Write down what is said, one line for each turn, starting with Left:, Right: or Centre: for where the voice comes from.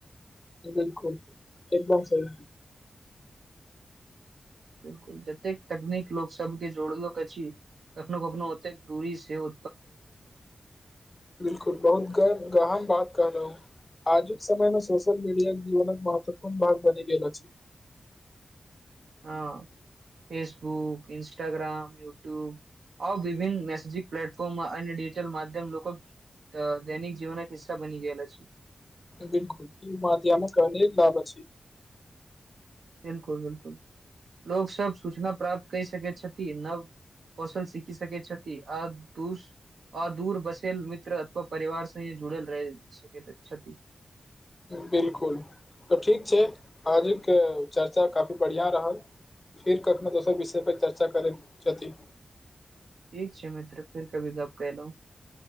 Left: बिलकुल एकदम सही।
Right: बिल्कुल जतेक तकनीक लोक सबके जोड़लक अछि कखनो कखनो ओतेक दूरी सेहो
Left: बिल्कुल बहुत गर्व गाह- बात कहलहूँ आजुक समयमे सोशियल मीडिया जीवन महत्वपूर्ण भाग बनि गेल अछि
Right: हाँ फेसबुक इन्स्टाग्राम यूट्यूब आ विभिन्न मैसेजिंग प्लेटफोर्म अन्य डजिटल माध्यम लोक दैनिक जीवनक हिस्सा बनि गेल अछि
Left: बिलकुल। <unintelligible> एकर अनेक लाभ अछि।
Right: बिलकुल बिलकुल लोक सब सूचना प्राप्त कै सकै छथि नव कौशल सीखि सकै छथि आ दू आदूर बसेल मित्र अथवा। परिवार सही जुड़ल रहै छै छथि
Left: बिल्कुल तऽ ठीक छै आजुके चर्चा काफी बढ़ियाँ रहल फिर कखनो दोसर विषय पर चर्चा करैत छथि
Right: ठीक छै मित्र फेर कभी गप्प केलहुँ